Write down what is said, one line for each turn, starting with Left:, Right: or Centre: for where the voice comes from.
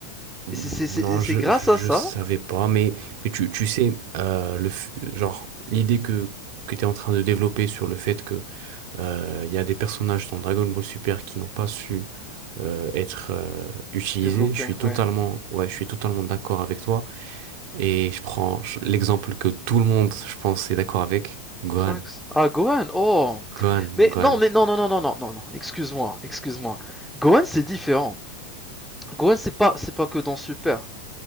Right: Non,
Centre: Et c'est- c'est- c'est
Right: je,
Centre: grâce
Right: je, je
Centre: à ça
Right: savais pas. Mais, mais tu, tu sais, euh, le, f- genre, l'idée que, que tu es en train de développer sur le fait que euh, il y a des personnages dans Dragon Ball Super qui n'ont pas su euh, être euh, utilisés,
Centre: développé,
Right: je suis
Centre: ouais.
Right: totalement, ouais, je suis totalement d'accord avec toi. Et je prends je- l'exemple que tout le monde, je pense, est d'accord avec, Gohan.
Centre: Trunks. Ah, Gohan, oh
Right: Gohan,
Centre: Mais
Right: Gohan.
Centre: non, mais non, non, non, non, non, non, non, excuse-moi, excuse-moi. Gohan, c'est différent. Gohan, c'est pas, c'est pas que dans Super.